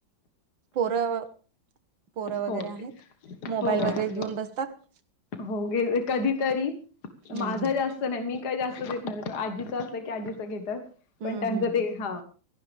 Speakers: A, on the right; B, on the left.
A: पोरं पोरं वगैरे
B: हो ते
A: आहेत मोबाईल
B: हो हो
A: वगैरे
B: आहेत
A: घेऊन
B: दोघ.
A: बसतात
B: हो गे कधीतरी
A: हम्म
B: माझं
A: हम्म
B: जास्त नाही मी काही जास्त देत नाही आजीचं असलं की आजीच घेतात
A: हम्म
B: पण त्यांचं
A: हम्म
B: ते हा